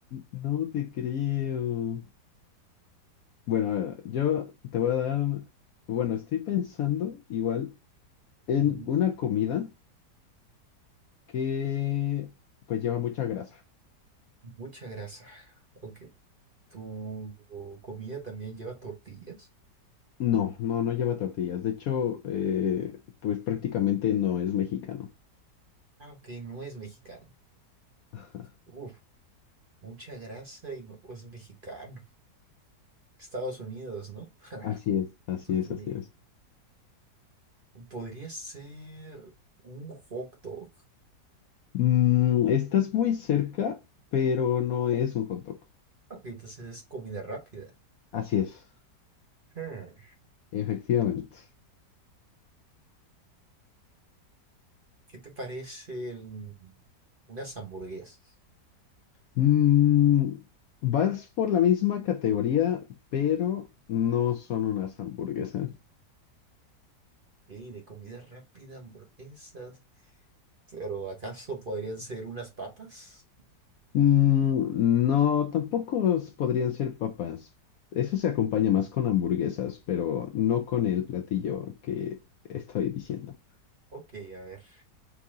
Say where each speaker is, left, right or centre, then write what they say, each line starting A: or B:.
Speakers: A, on the left; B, on the right.
A: No te creo. Bueno, a ver, yo te voy a dar... Bueno, estoy pensando igual en
B: Ujú.
A: una comida que pues lleva mucha grasa.
B: Mucha grasa. Ok, ¿tu comida también lleva tortillas?
A: No, no, no lleva tortillas. De hecho, eh, pues prácticamente no es mexicano.
B: Ah, ok, no es mexicana.
A: Ajá.
B: Uf, mucha grasa y no es mexicano. Estados Unidos, ¿no? <laughs>
A: Así es, así
B: Suponía.
A: es, así es.
B: Podría ser un hot dog.
A: Mm, estás muy cerca, pero no es un hot dog.
B: Ok, entonces es comida rápida.
A: Así es,
B: Hmm,
A: efectivamente.
B: ¿Qué te parecen unas hamburguesas?
A: Mm, vas por la misma categoría, pero no son unas hamburguesas.
B: Ey, de comida rápida, hamburguesas. Pero ¿acaso podrían ser unas papas?
A: Mm, no, tampoco s- podrían ser papas. Eso se acompaña más con hamburguesas, pero no con el platillo que estoy diciendo.
B: Ok, a ver.